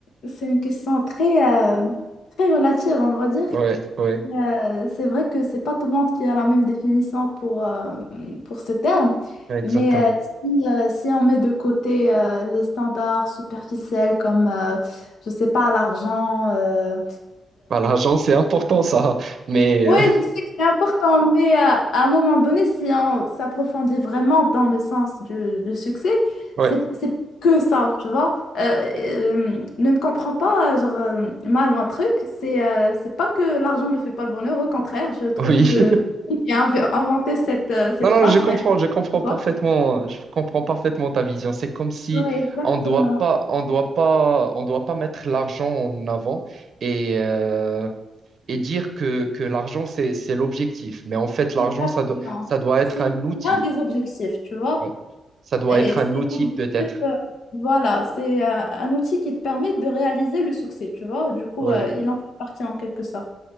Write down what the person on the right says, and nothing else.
Ouais, ouais,
exactement.
Bah, l'argent, c'est important, ça, mais
euh,
<laughs> ouais,
oui.
Non, non,
je comprends,
je comprends
parfaitement, euh, je comprends parfaitement ta vision. C'est comme si
on doit pas, on doit pas, on doit pas mettre l'argent en avant et, euh, et dire que, que l'argent, c'est, c'est l'objectif. Mais en fait, l'argent,
ça doit, ça doit être
un outil.
Ouais. Ça doit
être un
outil
peut-être.
Oui,